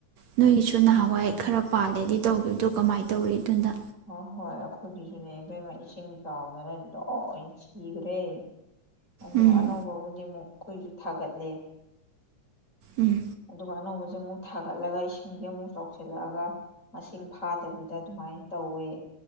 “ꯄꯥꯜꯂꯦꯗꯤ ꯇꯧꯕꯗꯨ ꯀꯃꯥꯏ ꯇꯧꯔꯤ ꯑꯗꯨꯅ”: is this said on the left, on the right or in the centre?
Right